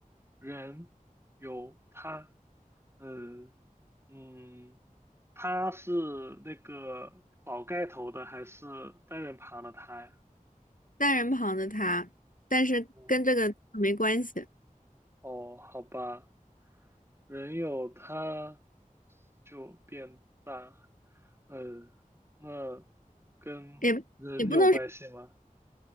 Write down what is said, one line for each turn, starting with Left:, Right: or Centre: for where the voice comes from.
Right: 人有他嗯嗯，他是那个宝盖头的还是单人旁的他呀？
Left: 单人旁的他，但是跟这个没关系，
Right: 哦，哦，好吧，人有他就变大，呃，那跟人有关系吗？
Left: 也也不能说